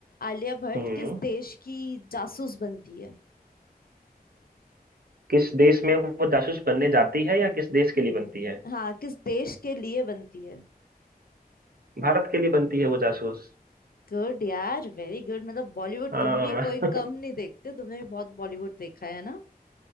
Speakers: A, on the left; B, on the right.
A: आलिया भट्ट
B: हम्म
A: किस देश की जासूस बनती है
B: किस देश में वो जासूस बनने जाती है या किस देश के लिए बनती है
A: हाँ किस देश के लिए बनती है
B: भारत के लिए बनती है वो जासूस
A: गुड यार वेरी गुड मतलब बॉलीवुड
B: हाँ
A: तुम भी कोई
B: <laughs>
A: कम नहीं देखते तुमने भी बहुत बॉलीवुड देखा है ना